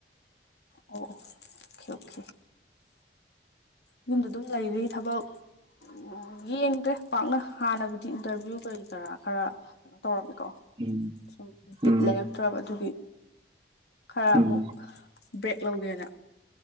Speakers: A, on the left; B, on the right.
A: ꯑꯣ ꯑꯣꯀꯦ ꯑꯣꯀꯦ ꯌꯨꯝꯗ ꯑꯗꯨꯝ ꯂꯩꯔꯤ ꯊꯕꯛ ꯎ ꯌꯦꯡꯗ꯭ꯔꯦ ꯄꯥꯛꯅ ꯍꯥꯟꯅꯕꯨꯗꯤ ꯏꯟꯇꯔꯚꯤꯌꯨ ꯀꯔꯤ ꯀꯔꯥ ꯈꯔ ꯀꯩꯅꯣ ꯇꯧꯔꯝꯃꯤ ꯀꯣ
B: ꯎꯝ
A: ꯁꯨꯝ
B: ꯎꯝ
A: ꯂꯩꯔꯛꯇ꯭ꯔꯕ ꯑꯗꯨꯒꯤ ꯈꯔ
B: ꯎꯝ
A: ꯑꯃꯨꯛ ꯕ꯭ꯔꯦꯛ ꯂꯧꯒꯦꯅ